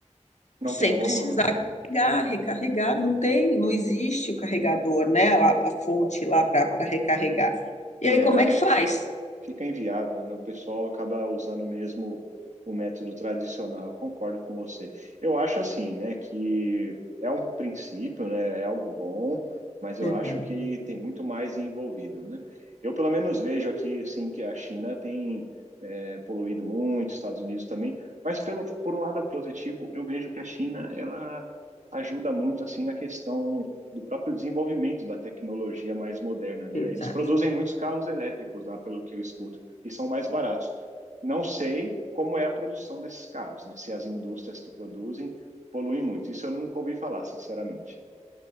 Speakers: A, on the right (about 75°); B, on the left (about 70°).
A: não
B: sem
A: tem como,
B: precisar
A: né?
B: carregar, recarregar. Não tem, não existe o carregador, né? A, a fonte lá para recarregar.
A: É,
B: E aí, como é que faz?
A: fica inviável, né? O pessoal acaba usando mesmo o método tradicional. Eu concordo com você. Eu acho assim, né, que é um princípio, né? É algo bom, mas eu
B: Uhum,
A: acho que tem muito mais envolvido, né? Eu pelo menos vejo aqui, assim, que a China tem é, poluído muito, Estados Unidos também, mas pelo por um lado positivo, eu vejo que a China ela ajuda muito assim na questão do próprio desenvolvimento da tecnologia mais moderna, né?
B: exato.
A: Eles produzem muitos carros elétricos lá, pelo que eu escuto, e são mais baratos. Não sei como é a produção desses carros, né? Se as indústrias que produzem poluem muito. Isso eu nunca ouvi falar, sinceramente.